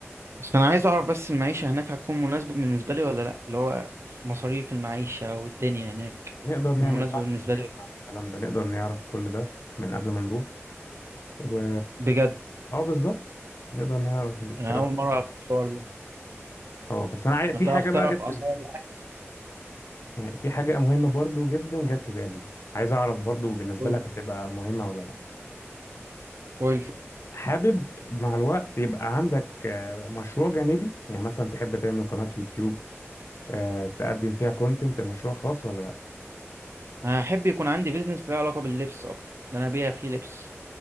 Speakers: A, on the right; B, on the left.
A: بس انا عايز اعرف بس المعيشة هناك هتكون مناسبة بالنسبة لي ولا لا اللي هو مصاريف المعيشة والدنيا هناك
B: نقدر
A: هتكون
B: نعمل
A: مناسبة
B: بحث
A: بالنسبة
B: مش نعمل
A: لي
B: عن الكلام ده نقدر نعرف كل ده من قبل ما نروح و
A: بجد
B: اه بالظبط نقدر نعرف الكلام
A: انا اول مرة
B: ده
A: اعرف الحوار ده
B: اه بس انا عايز
A: هتعرف
B: في حاجة
A: تعرف
B: بقى جت في
A: اسعار الاكل
B: يعني في حاجة مهمة برضو جدا جت في بالي عايز أعرف برضو بالنسبة
A: قول
B: لك هتبقى مهمة ولا لأ
A: قول
B: حابب مع الوقت يبقى عندك آه، مشروع جانبي يعني مثلا تحب تعمل قناة يوتيوب آه، تقدم فيها كونتنت مشروع خاص ولا لأ
A: هحب يكون عندي بيزنس له علاقة باللبس اكتر ان انا ابيع فيه لبس